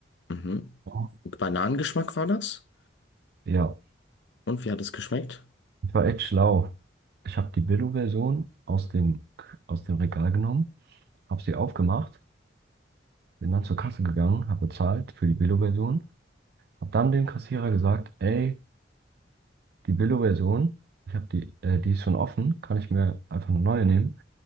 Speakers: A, on the left (about 70°); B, on the right (about 55°).
A: Mhm.
B: Ja.
A: Bananengeschmack war das?
B: Ja,
A: Und wie hat es geschmeckt?
B: ich war echt schlau. Ich habe die Billo-Version aus dem, aus dem Regal genommen, habe sie aufgemacht, bin dann zur Kasse gegangen, habe bezahlt für die Billo-Version, habe dann dem Kassierer gesagt, ey, die Billo-Version, ich habe die, äh, die ist schon offen, kann ich mir einfach eine neue nehmen.